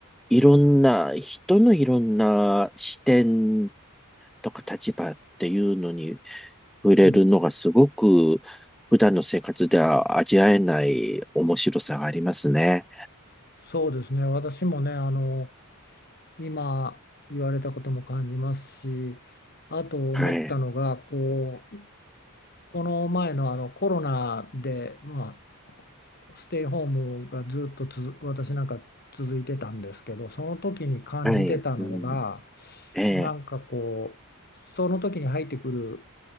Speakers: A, in the centre; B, on the left.
A: いろんな、人のいろんな視点とか立場っていうのに、触れるのがすごく普段の生活では味わえない面白さがありますね。
B: うん。そうですね。私もね、あの、今言われたことも感じますし、あと思ったのが、
A: はい。
B: こう、この前のあのコロナで、まあ、ステイホームがずっとつづ私なんか続いてたんですけど、その時に感じてたのが、
A: はい。うん。ええ。
B: なんかこう、その時に入ってくる